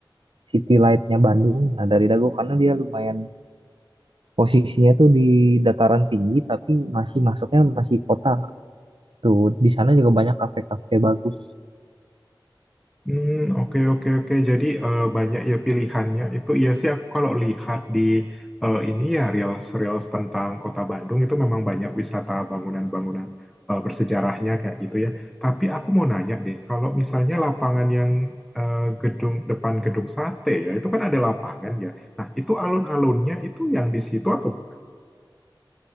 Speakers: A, on the right (about 85°); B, in the centre.
A: city light-nya Bandung nah dari Dago karena dia lumayan posisinya tuh di dataran tinggi tapi masih masuknya masih kota tuh di sana juga banyak kafe-kafe bagus
B: Hmm, oke oke oke. Jadi eh, banyak ya pilihannya. Itu iya sih aku kalau lihat di eh, ini ya reels-reels tentang Kota Bandung itu memang banyak wisata bangunan-bangunan eh, bersejarahnya kayak gitu ya. Tapi aku mau nanya deh, kalau misalnya lapangan yang eh, gedung depan gedung sate ya, itu kan ada lapangan ya. Nah, itu alun-alunnya itu yang di situ atau bukan?